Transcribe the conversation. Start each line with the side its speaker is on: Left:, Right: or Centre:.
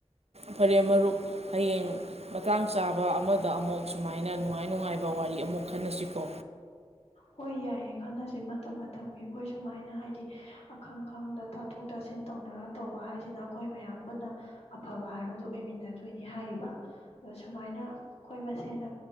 Right: ꯐꯔꯦ ꯃꯔꯨꯞ ꯍꯌꯦꯡ ꯃꯇꯥꯡ ꯆꯥꯕ ꯑꯃꯗ ꯑꯃꯨꯛ ꯁꯨꯃꯥꯏꯅ ꯅꯨꯡꯉꯥꯏ ꯅꯨꯡꯉꯥꯏꯕ ꯋꯥꯔꯤ ꯑꯃꯨꯛ ꯈꯟꯅꯁꯤꯀꯣ
Left: ꯍꯣꯏ ꯌꯥꯏꯌꯦ ꯈꯟꯅꯁꯦ ꯃꯇꯝ ꯃꯇꯝꯒꯤ ꯑꯩꯈꯣꯏ ꯁꯨꯃꯥꯏꯅ ꯍꯥꯏꯗꯤ ꯑꯈꯪ ꯈꯪꯗ ꯇꯥꯊꯣꯛ ꯇꯥꯁꯤꯟ ꯇꯧꯅꯔ ꯇꯧꯕ ꯍꯥꯏꯁꯤꯅ ꯑꯩꯈꯣꯏ ꯃꯌꯥꯝ ꯄꯨꯟꯅ ꯑꯐꯕ ꯍꯥꯏꯕꯗꯨ ꯑꯣꯏꯃꯤꯟꯅꯗꯣꯏꯅꯤ ꯍꯥꯏꯔꯤꯕ ꯑꯗ ꯁꯨꯃꯥꯏꯅ ꯑꯩꯈꯣꯏ ꯃꯁꯦꯟ